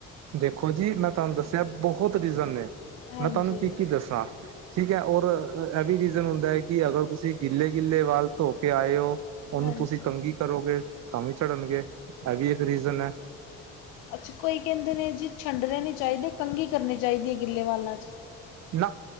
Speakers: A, on the right; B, on the left.
A: ਦੇਖੋ ਜੀ ਮੈਂ ਤੁਹਾਨੂੰ ਦੱਸਿਆ ਬਹੁਤ ਰੀਜ਼ਨ ਨੇ
B: ਹਾਂਜੀ
A: ਮੈਂ ਤੁਹਾਨੂੰ ਕੀ ਕੀ ਦੱਸਾਂ। ਠੀਕ ਹੈ ਔਰ ਇਹ ਵੀ ਰੀਜ਼ਨ ਹੁੰਦਾ ਹੈ ਕਿ ਅਗਰ ਤੁਸੀਂ ਗਿੱਲੇ ਗਿੱਲੇ ਵੱਲ ਧੋ ਕੇ ਆਏ ਹੋ। ਉਹਨੂੰ
B: ਹਾਂਜੀ
A: ਤੁਸੀਂ ਕੰਗੀ ਕਰੋਗੇ ਤਾਂ ਵੀ ਝੜਨਗੇ ਇਹ ਵੀ ਇੱਕ ਰੀਜ਼ਨ ਹੈ।
B: ਅੱਛਾ ਕੋਈ ਕਹਿੰਦੇ ਨੇ ਜੀ ਛੰਡਣੇ ਨਹੀਂ ਚਾਹੀਦੇ ਕੰਘੀ ਕਰਨੀ ਚਾਹੀਦੀ ਹੈ ਗਿੱੱਲੇ ਵਾਂਲਾਂ 'ਚ।
A: ਨਾ